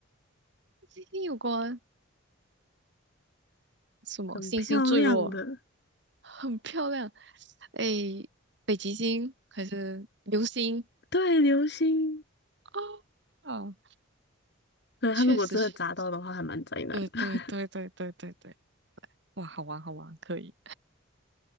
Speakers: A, on the right; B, on the left.
A: 星星有关 <laughs>？什么？
B: 很漂亮的。
A: 星星坠落，很漂亮。哎，北极星还是流星？
B: 对，流星，
A: 啊啊，
B: 对，
A: 确实确实，
B: 他如果真的砸到的话，还蛮灾难的。
A: 对对对对对对对，
B: <laughs>
A: 哇，好玩好玩，可以，